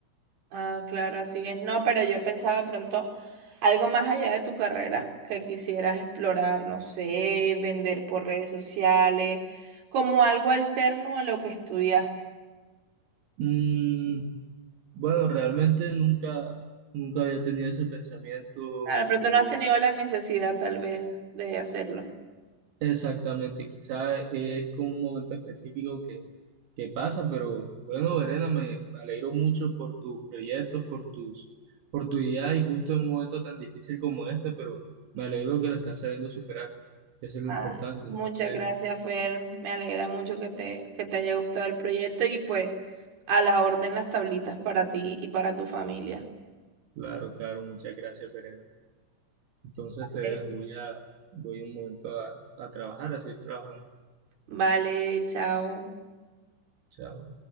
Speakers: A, on the right; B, on the right.
A: Ah, claro, así es. No, pero yo pensaba de pronto Algo más allá de tu carrera que quisieras explorar, no sé, vender por redes sociales, como algo alterno a lo que estudiaste.
B: Mm, bueno, realmente nunca, nunca había tenido ese pensamiento o
A: Ah, De pronto no has tenido la necesidad tal vez de hacerlo.
B: Exactamente, quizá es como un momento específico que, que pasa, pero bueno, Verena, me, me alegro mucho por tus proyectos, por tus, por tu idea y justo en un momento tan difícil como este, pero me alegro que lo estás sabiendo superar, eso es lo
A: Ay,
B: importante, entonces,
A: muchas gracias, Fer. Me alegra mucho que te, que te haya gustado el proyecto y pues a la orden las tablitas para ti y para tu familia.
B: claro, claro, muchas gracias, Verena. Entonces te dejo,
A: Vale,
B: voy a, voy un momento a, a trabajar, a seguir trabajando.
A: Vale, chao.
B: Chao.